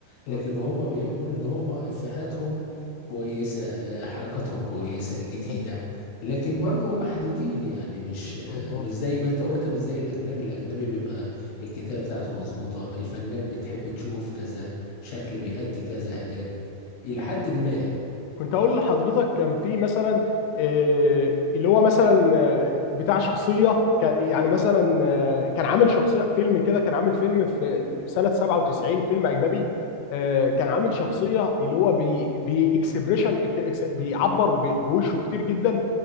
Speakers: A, on the left (about 85°); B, on the left (about 70°).
A: م-
B: لكن هم بيعجبوني ان هم افهاتهم كويسه آه، حركاتهم كويسه جديده
A: ايوه
B: لكن برضو محدودين يعني مش آه،
A: مظبوط
B: مش زي ما انت قلت مش زي الاجنبي الاجنبي بيبقى الكتابه بتاعته مظبوطه الفنان بتحب تشوفه في كذا شكل بيأدي كذا اداء الى حد ما
A: كنت اقول لحضرتك كان في مثلا آه، اللي هو مثلا آه، بتاع شخصيه كان يعني مثلا آه، كان عامل شخصيه فيلم كده كان عامل فيلم في في سنه 97 فيلم اجنبي آه، كان عامل شخصيه اللي هو بي باكسبريشن بيعبر ب- بوشه كتير جدا